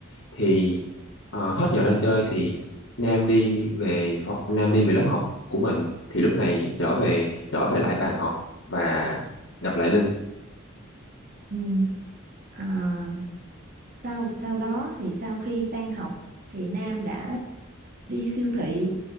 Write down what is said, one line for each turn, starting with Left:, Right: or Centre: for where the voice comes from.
Left: thì ờ, hết giờ ra chơi thì Nam đi về phòng Nam đi về lớp học của mình thì lúc này trở về trở về lại bàn học và gặp lại Linh
Right: Ừm, à, sau sau đó thì sau khi tan học thì nam đã đi siêu thị